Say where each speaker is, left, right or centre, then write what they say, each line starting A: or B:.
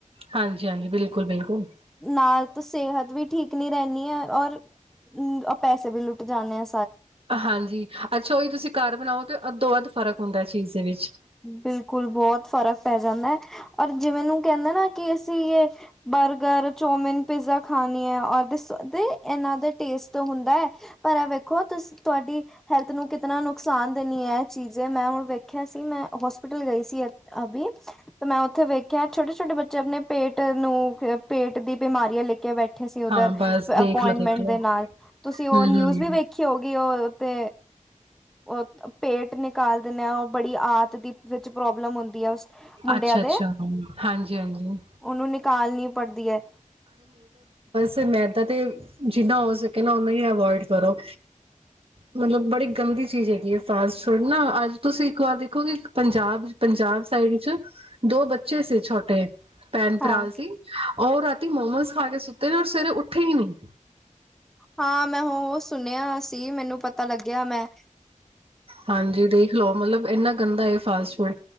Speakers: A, on the right; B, in the centre.
A: ਹਾਂਜੀ-ਹਾਂਜੀ। ਬਿਲਕੁਲ-ਬਿਲਕੁਲ।
B: ਨਾਲ ਤਾਂ ਸਿਹਤ ਵੀ ਠੀਕ ਨੀ ਰਹਿੰਦੀ ਹੈ ਔਰ ਪੈਸੇ ਵੀ ਲੁੱਟ ਜਾਂਦੇ ਹ
A: ਹਾਂਜੀ। ਅੱਛਾ ਉਹੀ ਤੁਸੀਂ ਘਰ ਬਣਾਓ ਤੇ ਅੱਧੋ ਵੱਧ ਫਰਕ ਹੁੰਦਾ ਹੈ ਚੀਜ਼ ਦੇ ਵਿੱਚ
B: ਬਿਲਕੁਲ ਬਹੁਤ ਫ਼ਰਕ ਪੈ ਜਾਂਦਾ ਏ ਔਰ ਜਿਵੇਂਨ ਕਹਿੰਦਾ ਨਾ ਕਿ ਅਸੀਂ ਇਹ ਬਰਗਰ, ਚੋਮਿਨ, ਪੀਜ਼ਾ ਖਾਣੀ ਹੈ ਔਰ ਇਹਨਾਂ ਦੇ ਟੇਸਟ ਹੁੰਦਾ ਹੈ ਪਰ ਇਹ ਵੇਖੋ ਤੁ ਤੁਹਾਡੀ ਹੈਲਥ ਨੂੰ ਕਿਤਨਾ ਨੁਕਸਾਨ ਦੇਣੀ ਹੈ ਇਹ ਚੀਜ਼ ਮੈਂ ਹੁਣ ਵੇਖਿਆ ਸੀ ਮੈਂ ਹੋਸਪਿਟਲ ਗਈ ਸੀ ਅਭੀ ਤੇ ਮੈਂ ਉੱਥੇ ਵੇਖਿਆ ਛੋਟੇ-ਛੋਟੇ ਬੱਚੇ ਆਪਣੇ ਪੇਟ ਨੂੰ ਪੇਟ ਦੀ ਬਿਮਾਰੀਆਂ ਲੈ ਕੇ ਬੈਠੇ ਬੈਠੇ ਸੀ ਉਧਰ
A: ਹਾਂ ਬਸ ਦੇਖ
B: ਅਪਇੰਟਮੈਂਟ
A: ਲੋ ਦੇਖ ਲੋ
B: ਦੇ ਨਾਲ ਤੁਸੀਂ ਉਹ
A: ਹੂੰ ਹੂੰ
B: ਨਿਊਜ ਵੀ ਵੇਖੀ ਹੋਗੀ ਉਹ ਤੇ ਉਹ ਪੇਟ ਨਿਕਾਲ ਦਿੰਦੇ ਆ ਉਹ ਬੜੀ ਆਤ ਦੀ ਵਿੱਚ ਪ੍ਰੋਬਲਮ ਹੁੰਦੀ ਹੈ ਉਸ ਮੁੰਡਿਆਂ
A: ਅੱਛਾ
B: ਦੇ
A: ਅੱਛਾ ਹਾਂਜੀ ਹਾਂਜੀ
B: ਨੂੰ ਨ ਕਾਲਨੀ ਪੜਤੀ ਹੈ।
A: ਫਿਰ ਮੈਦਾ ਤੇ ਜਿੰਨਾ ਹੋ ਸਕੇ ਨਾ ਓਨਾ ਹੀ ਅਵੋਇਡ ਕਰੋ ਮਤਲਬ ਬੜੀ ਗੰਦੀ ਚੀਜ਼ ਹੈਗੀ ਹੈ ਫਾਸਟ ਫੂਡ ਨਾ ਅੱਜ ਤੁਸੀਂ ਇੱਕ ਵਾਰ ਦੇਖੋ ਕਿ ਪੰਜਾਬ, ਪੰਜਾਬ ਸਾਈਡ ਚ ਦੋ ਬੱਚੇ ਸੀ ਛੋਟੇ ਭੈਨ
B: ਹਾਂ
A: ਭਰਾਂ ਸੀ ਔਰ ਤੇ ਮੋਮਸ ਖਾ ਕੇ ਸੁੱਤੇ ਨੇ ਰ ਸਵੇਰੇ ਉੱਠੇ ਹੀ ਨਹੀਂ
B: ਹਾਂ ਮੈਂ ਉਹ ਸੁਣਿਆ ਸੀ। ਮੈਨੂੰ ਪਤਾ ਲੱਗਿਆ ਮੈਂ
A: ਹਾਂਜੀ। ਦੇਖ ਲੋ ਮਤਲਬ ਇੰਨਾ ਗੰਦਾ ਫਾਸਟ ਫੂਡ